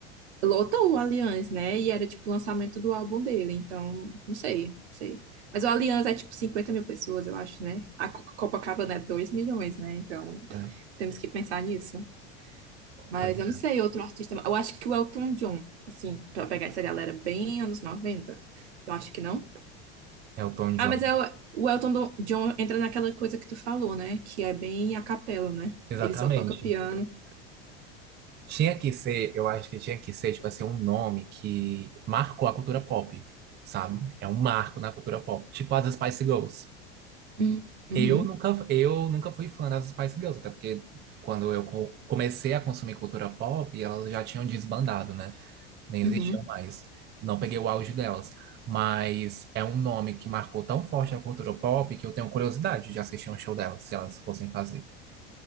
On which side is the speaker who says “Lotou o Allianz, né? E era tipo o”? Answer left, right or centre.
Right